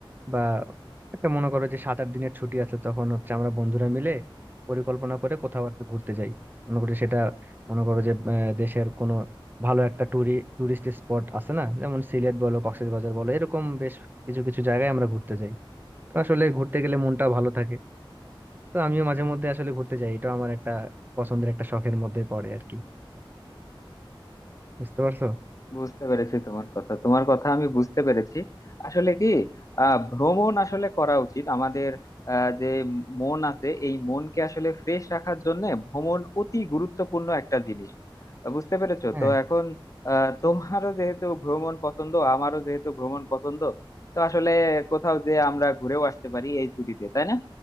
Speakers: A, on the right; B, on the left.
A: বা একটা মনে করো যে সাত আট দিনের ছুটি আছে তখন হচ্ছে আমরা বন্ধুরা মিলে পরিকল্পনা করে কোথাও একটা ঘুরতে যাই মনে করি সেটা মনে করো যে আহ, দেশের কোনো ভালো একটা ট্যুরি টুরিস্ট স্পট আছে না যেমন সিলেট বলো কক্সবাজার বলো এরকম বেশ কিছু কিছু জায়গায় আমরা ঘুরতে যাই তো আসলে ঘুরতে গেলে মনটা ভালো থাকে তো আমিও মাঝে মধ্যে আসলে ঘুরতে যাই এটা আমার একটা পছন্দের একটা শখের মধ্যে পড়ে আর কি বুঝতে পারছো
B: বুঝতে পেরেছি তোমার কথা তোমার কথা আমি বুঝতে পেরেছি আসলে কি আহ ভ্রমণ আসলে করা উচিত আমাদের আহ, যে মন আছে এই মনকে আসলে ফ্রেশ রাখার জন্য ভ্রমণ অতি গুরুত্বপূর্ণ একটা জিনিস আহ, বুঝতে পেরেছো
A: হ্যাঁ
B: তো এখন আহ তোমারও যেহেতু ভ্রমণ পছন্দ আমারও যেহেতু ভ্রমণ পছন্দ তো আসলে কোথাও যে আমরা ঘুরেও আসতে পারি এই ছুটিতে তাই না